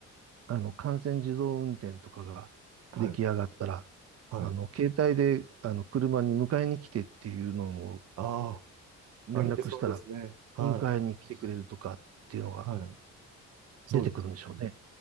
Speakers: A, on the right; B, on the right.
A: あの、完全自動運転とかが出来上がったら、
B: はい。はい。
A: あの、携帯で、あの、車に迎えに来てっていうのを
B: あ
A: 連絡したら、
B: あ、ありえそうですね。は
A: 迎えに来てくれるとかっていうのが
B: い。はい。そうですよね。
A: 出てくるんでしょうね。